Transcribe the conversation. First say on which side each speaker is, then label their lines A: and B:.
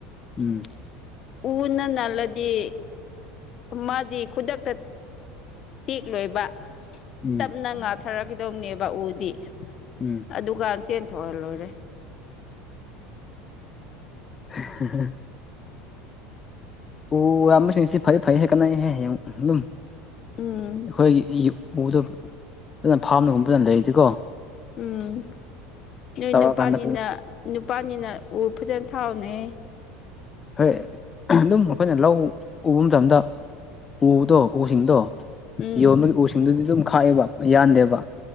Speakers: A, on the left; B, on the left.
A: ꯎꯝ
B: ꯎꯅ ꯅꯥꯜꯂꯗꯤ ꯃꯥꯗꯤ ꯈꯨꯗꯛꯇ ꯇꯦꯛ ꯂꯣꯏꯕ
A: ꯎꯝ
B: ꯇꯞꯅ ꯉꯥꯊꯔꯛꯈꯤꯗꯧꯅꯦꯕ ꯎꯗꯤ
A: ꯎꯝ
B: ꯑꯗꯨꯒ ꯆꯦꯟ ꯊꯣꯔ ꯂꯣꯏꯔꯦ
A: <unintelligible> ꯑꯣ ꯌꯥꯝꯌꯥꯝꯕꯁꯤꯡꯁꯤ ꯐꯩ ꯐꯩ ꯍꯦꯛ ꯀꯠꯟꯅꯍ ꯍꯌꯦꯡ ꯑꯗꯨꯝ
B: ꯎꯝ
A: ꯑꯩꯈꯣꯏꯒꯤ ꯎꯗꯣ ꯐꯖꯅ ꯐꯥꯝꯅꯒꯨꯝꯕ ꯑꯗꯨꯅ ꯂꯩꯔꯤꯗꯤꯀꯣ
B: ꯎꯝ ꯅꯣꯏ
A: ꯆꯥꯎꯔꯛꯑꯀꯥꯟꯗ
B: ꯅꯨꯄꯥꯅꯤꯅ ꯅꯨꯄꯥꯅꯤꯅ ꯐꯖꯅ ꯊꯥꯎꯅꯦ
A: ꯍꯣꯏ ꯑꯗꯨꯝ ꯑꯩꯈꯣꯏꯅ ꯂꯧ ꯎꯕ ꯃꯇꯝꯗ ꯎꯕꯗꯣ ꯎꯁꯤꯡꯗꯣ
B: ꯎꯝ
A: ꯌꯣꯟꯕꯒꯤ ꯎꯁꯤꯡꯗꯨꯗꯤ ꯑꯗꯨꯝ ꯈꯥꯛꯑꯦꯕ ꯌꯥꯟꯗꯦꯕ